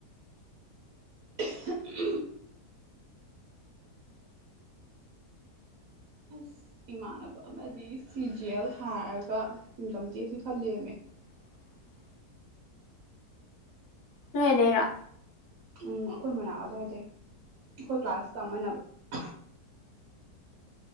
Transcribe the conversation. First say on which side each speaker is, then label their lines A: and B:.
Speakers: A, on the right (about 60°); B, on the left (about 50°).
A: <unintelligible> ꯑꯁ ꯏꯃꯥꯟꯅꯕ ꯑꯃꯗꯤ ꯁꯤ ꯖꯤ ꯑꯦꯜ ꯊꯥꯔꯒ ꯏꯟꯀꯝ ꯇꯦꯛꯁꯀꯤ ꯈꯜꯂꯦꯝꯃꯦ
B: <unintelligible> ꯅꯣꯏ ꯑꯗꯩꯔꯣ
A: ꯎꯝ ꯑꯩꯈꯣꯏ ꯃꯅꯥꯛ ꯑꯗ꯭ꯋꯥꯏꯗꯩ ꯑꯩꯈꯣꯏ ꯀ꯭ꯂꯥꯁ ꯇꯝꯃꯅꯕ